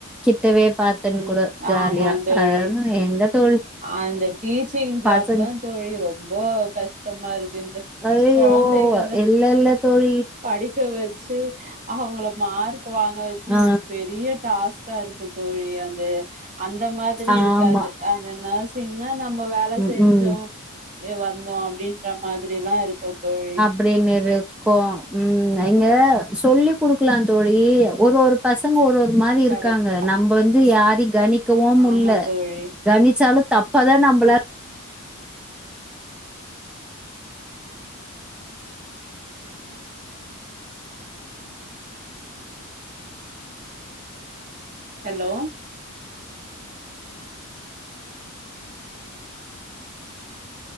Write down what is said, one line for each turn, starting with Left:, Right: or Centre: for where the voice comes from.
Centre: கிட்டவே பாத்துன்னு
Right: ம்
Centre: கூட ஜாலியா
Right: ஆமா தோழி
Centre: அதாவது எங்க தோழி
Right: அந்த டீச்சிங் ஜாப்
Centre: பசங்க
Right: தா தோழி ரொம்ப கஷ்டமா இருக்கு இந்த
Centre: அது
Right: கொழந்தைகள
Centre: ஓ இல்ல இல்ல தோழி
Right: படிக்க வச்சு அவங்கள மார்க் வாங்க வச்சு
Centre: ஆ
Right: இது பெரிய டாஸ்க்கா இருக்கு தோழி அந்து அந்த மாதிரி
Centre: ஆமா
Right: இருக்காது அந்த நர்சிங்னா நம்ம வேல
Centre: ம்
Right: செஞ்சோ
Centre: ம்
Right: ஏ வந்தோ அப்டின்ட மாதிரிலா இருக்கு தோழி
Centre: அப்டின்னு இருக்கோ ம் இங்க சொல்லி குடுக்லா தோழி ஒரு ஒர் பசங்க ஒரு ஒரு மாரி இருக்காங்க
Right: கரெக்ட்
Centre: நம்ப வந்து யாரையு கணிக்கவு முட்ல
Right: ஆமா தோழி
Centre: கணிச்சாலு தப்பா தா நம்பள
Right: ஹலோ